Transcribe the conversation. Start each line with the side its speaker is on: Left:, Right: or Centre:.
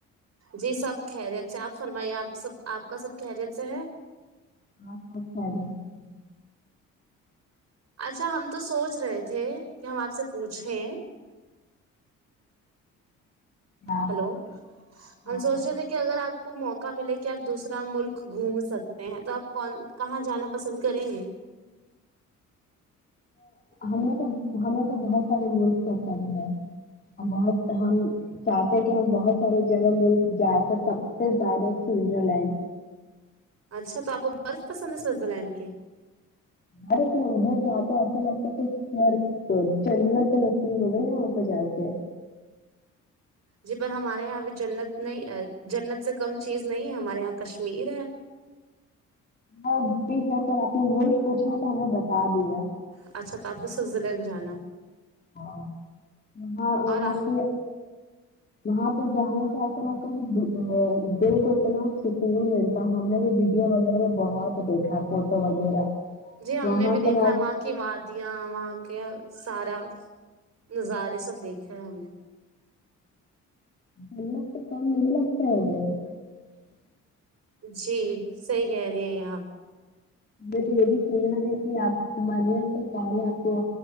Right: جی سب خیریت سے آپ فرمائیے آپ سب آپ کا سب خیریت سے ہے
Left: ہا سب خیریت سے ہیں
Right: اچھا ہم تو سوچ رہے تھے کہ ہم آپ سے پوچھیں
Left: ہاں
Right: ہلو ہم
Left: ہاں
Right: سوچ رہے تھے کہ اگر آپ کو موقع ملے کہ آپ دوسرا ملک گھوم سکتے ہیں تو آپ کون کہاں جانا پسند کریں گے
Left: ہم نے تو ہمیں تو بہت سارے مول <unintelligible> بہت ہم چاہتے ہیں کہ ہم بہت سارے جگہ ملک جائے کر سب سے زیادہ سوئزرلینڈ
Right: اچھا تو آپ کو برف پسند ہے سویزر لینڈ کے
Left: بارت میں ادھر جا پ ایسا لگتا ہے کہ س جنت نصی ہو گئی ہے وہ پہ جا کے
Right: جی پر ہمارے یہاں ا بھی جنت نہیں جنت سے کم چیز نہیں ہے ہمارے یہاں کشمیر ہے
Left: <unintelligible> پوچھا تو ہمیں بتا دیا
Right: اچھا تو آپ کو سوئزرلینڈ جانا
Left: ہاں وہ
Right: ہے، اور
Left: وہ کے وہاں پہ جانے سے ایسا لگتا ہے کہ دل کو اتنا سکون ملتا ہم نے بھی ویڈیو وغیرہ بھی بہت دیکھا ہے فوٹو وغیرہ
Right: جی ہم
Left: وہاں
Right: نے بھی
Left: کا
Right: دیکھا
Left: نا-
Right: ہے وہاں کی وادیاں وہاں کے سارا نظارے سب دیکھے ہیں ہم نے
Left: <unintelligible>
Right: جی صحیح کہہ رہے ہیں آپ
Left: <unintelligible> م تو یہ بھی سننا ہے کہ آپ م پہلے آپ کو